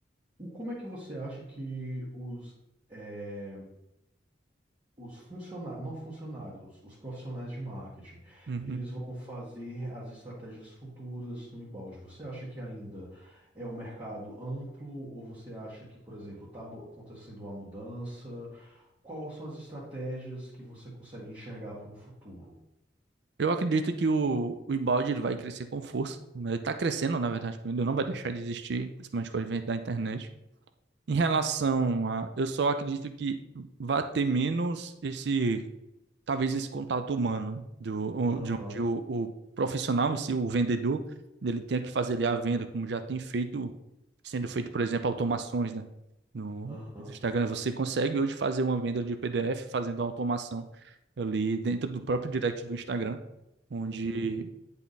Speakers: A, on the right (about 25°); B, on the right (about 60°).
A: O- Como é que você acha que os, eh, os funcionários, não funcionários, os profissionais de marketing,
B: uhum.
A: eles vão fazer as estratégias futuras no embalde? Você acha que ainda é um mercado amplo ou você acha que, por exemplo, está acontecendo uma mudança? Quais são as estratégias que você consegue enxergar para um futuro?
B: Eu acredito que o, o inbound ele vai crescer com força. né? Ele está crescendo, na verdade, ainda não vai deixar de existir, principalmente com o advento da internet. Em relação a, eu só acredito que vai ter menos esse talvez esse contato humano, né? do,
A: Aham,
B: o- de onde o, o profissional, se o vendedor, ele tenha que fazer ali a venda, como já tem feito, sendo feito, por exemplo, automações, né? No
A: aham,
B: Instagram, você consegue hoje fazer uma venda de PDF fazendo a automação ali dentro do próprio direct do Instagram, onde
A: uhum,